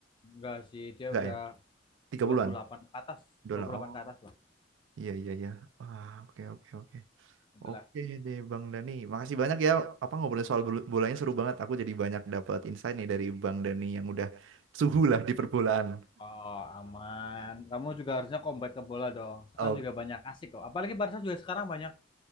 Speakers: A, on the left; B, on the right.
A: Enggak sih, dia
B: enggak
A: udah
B: ya? 30-an.
A: dua puluh delapan ke atas.
B: Udah
A: dua puluh
B: Oh
A: delapan ke atas lah.
B: iya iya iya. Wah oke oke oke.
A: Itulah.
B: Oke deh Bang Dani. Makasih banyak ya. Apa ngobrolin soal bul- bolanya seru banget. Aku jadi banyak dapat insight nih dari Bang Dani yang udah suhu lah di perbolaan.
A: Oh, aman. Kamu juga harusnya comeback ke bola dong. Sekarang
B: Oh,
A: juga banyak asik kok. Apalagi Barca juga sekarang banyak